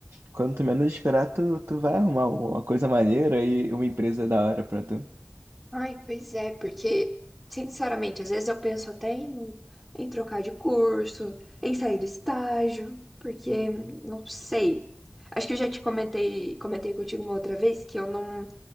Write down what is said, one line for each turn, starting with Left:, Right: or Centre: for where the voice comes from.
Right: quando tu menos esperar, tu, tu vai arrumar uma coisa maneira e uma empresa da hora pra tu.
Centre: Ai, pois é, porque, sinceramente, às vezes eu penso até em, em trocar de curso, em sair do estágio, porque não sei. Acho que eu já te comentei, comentei contigo uma outra vez que eu não.